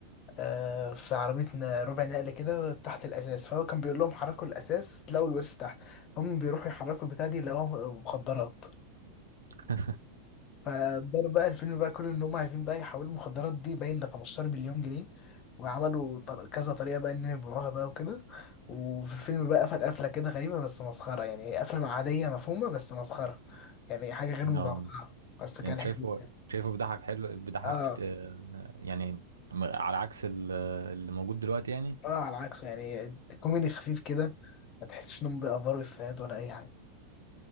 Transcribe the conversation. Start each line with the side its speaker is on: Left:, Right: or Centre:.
Left: آه، في عربية ن- ربع نقل كده تحت الأساس فهو كان بيقول لهم حركوا الأساس تلاقوا الورث تحت فهم بيروحوا يحركوا البتاع دي لقوها مخدرات
Right: <laughs>
Left: فداروا بقى الفيلم بقى كله ان هم عايزين بقى يحولوا المخدرات دي باين ل 15 مليون جنيه وعملوا طر- كذا طريقه بقى انهم يبيعوها بقى وكده وفي الفيلم بقى قفل قفله كده غريبه بس مسخره يعني قفله عاديه مفهومه بس مسخره يعني حاجه غير
Right: نعم
Left: متوقعه بس
Right: يعني
Left: كان حلو
Right: شايفه
Left: يعني
Right: شايفه بيضحك حلو بيضحك
Left: اه
Right: آه، يعني م- على عكس ال- اللي موجود دلوقتي يعني
Left: اه على عكسه يعني كوميدي خفيف كده ما تحسش انهم بيأفروا افيهات ولا اي حاجه